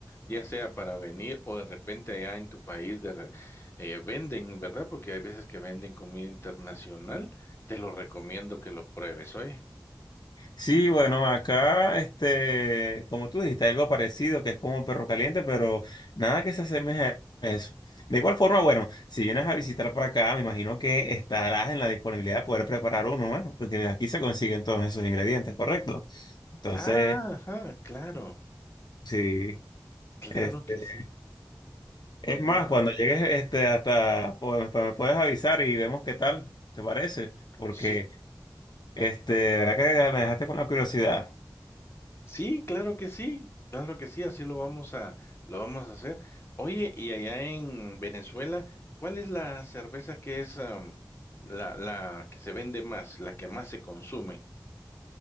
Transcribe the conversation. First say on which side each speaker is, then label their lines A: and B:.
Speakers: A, on the left; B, on the left.
A: ya sea para venir o de repente allá en tu país de re- eh, venden, ¿verdad? Porque hay veces que venden comida internacional. Te lo recomiendo que lo pruebes, oye.
B: Sí, bueno, acá, este, como tú dijiste, algo parecido, que es como un perro caliente, pero nada que se asemeje a eso. De igual forma, bueno, si vienes a visitar por acá, me imagino que estarás en la disponibilidad de poder preparar uno, bueno, porque aquí se consiguen todos esos ingredientes, ¿correcto? Entonces,
A: Ah, ajá, claro,
B: sí,
A: claro
B: este,
A: que sí.
B: es
A: Muy-
B: más, cuando llegues, este, hasta, pues, me pues, me puedes avisar y vemos qué tal, ¿te parece? Porque,
A: Sí,
B: este, la verdad que me dejaste con la curiosidad.
A: Sí, claro que sí, claro que sí, así lo vamos a, lo vamos a hacer. Oye, y allá en Venezuela, ¿cuál es la cerveza que es am, la, la que se vende más, la que más se consume?